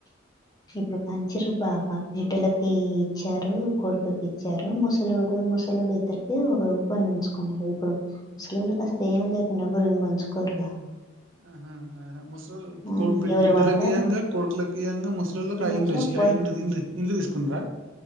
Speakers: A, on the left; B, on the right.
A: ఏ ప్రఫ బాబా బిడ్డలకి ఇచ్చారు కొడుకుకి ఇచ్చారు ముసలుడు ముసలుళ్ళ ఇద్దరికి ఉపందించుకున్నారు ఇప్పుడు సలవుకి అసలు ఏం లేకుండా గురుం పంచుకోరుగా
B: ఆహా ముస్
A: ఆ,
B: బిడ్
A: ఎవరి
B: బిడ్డలలకు
A: వాటా
B: ఇవ్వంగా కొడుకులకి ఇవంగా ముసలిళ్ళకి
A: ఇయ్యంగా
B: ఆ ఇం వచ్చి
A: బ-
B: ఆ ఇ ఇల్లు ఇలు తీసుకున్నరా